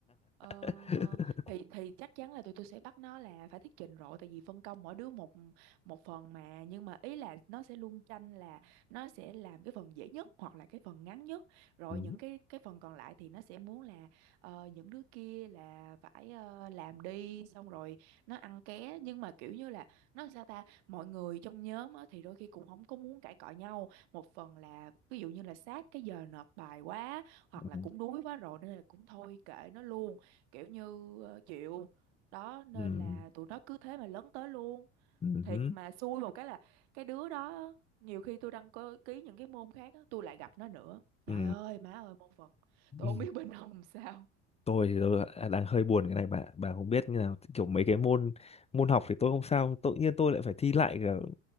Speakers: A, on the right; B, on the left.
A: Ờ,
B: <laughs>
A: thì thì chắc chắn là tụi tôi sẽ bắt nó là phải thuyết trình rồi tại vì phân công mỗi đứa một một phần mà nhưng mà ý là nó sẽ luôn tranh là nó sẽ làm cái phần dễ nhất hoặc là cái phần ngắn nhất rồi
B: ừ.
A: những cái cái phần còn lại thì nó sẽ muốn là ờ, những đứa kia là phải ờ, làm đi xong rồi nó ăn ké nhưng mà kiểu như là nó sao ta mọi người trong nhóm á, thì đôi khi cũng không có muốn cãi cọ nhau một phần là ví dụ như là sát cái giờ nộp bài quá hoặc
B: Ừ.
A: là cũng đuối quá rồi nên là cũng thôi kệ nó luôn kiểu như ờ, chịu đó nên
B: Ừ.
A: là tụi nó cứ thế mà lấn tới luôn
B: Ừ.
A: thiệt mà xui một cái là cái đứa đó nhiều khi tôi đăng cơ- ký những cái môn khác á, tôi lại gặp nó nữa trời
B: Ừ.
A: ơi má ơi môn vật tôi
B: Ừ.
A: không biết bên ông sao
B: tôi thì tôi đã- đang hơi buồn cái này bà bà không biết như nào kiểu mấy cái môn môn học thì tôi không sao tự nhiên tôi lại phải thi lại cả